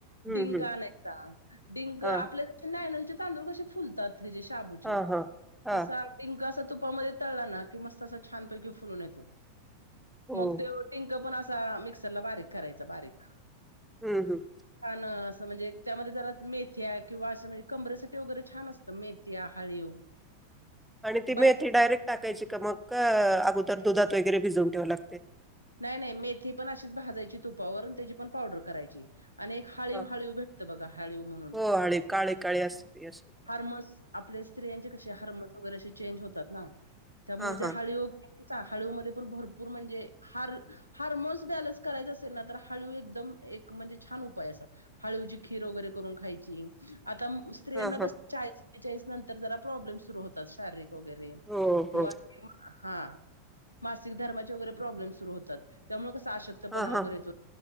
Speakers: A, in the centre; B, on the right.
A: हम्म
B: डिंक
A: हम्म
B: आणायचा डिंक आपल्या
A: हा
B: <unintelligible> नाय तांदूळ कशे फुलतात शाबूचे
A: हा हा हा
B: तसा डिंक आसा तुपामध्ये तळला ना की मस्त अस छानपैकी फुलून येतो.
A: हो
B: मग तेव डिंक पण अस आ मिक्सर ला बारीक करायचा बारीक.
A: हम्म हम्म
B: आन म्हणजे त्यामध्ये जरा मेथ्या किंवा आस म्हणजे कमरेसाठी वगैरे छान असतं मेथ्या हळीव.
A: आणि ती
B: बाय
A: मेथी डायरेक्ट टाकायची का मगं, का अगोदर दुधात वगैरे भिजवून ठेवा लाग <inaudible>
B: नाय नाय मेथी पण अशीच भाजायची तुपावर त्याची पण पावडर करायची. आणि एक हाळीव
A: हा
B: हाळीव भेटत बघा हाळीव म्हणून
A: हो हळी काळी काळी असते ती अशी
B: हार्मोन्स आपल्या स्त्रियांचे कसे हार्मोन्स वर असे चेंज होतात ना त्यामुळे
A: हा
B: ते
A: हा
B: हाळीव हाळू मध्ये पण भरपूर म्हणजे हार हार्मोन्स बॅलन्स करायच असेल ना तर हळू एकदम एक म्हणजे छान उपाय असा हळूची खीर वगैरे करून खायची. आता म स्त्रियांना
A: हा हा
B: कस चाद बेचाळीस नंतर जरा प्रॉब्म सुरू होतात शारीरिक. वगैरे
A: हो
B: किंवा
A: हो
B: तेवा हा हा मासिक धर्माचे वगैरे प्रॉब्लेम्स होतात त्यामुळे कस आशक्तपणाव
A: हां हां
B: वगैरे येतो.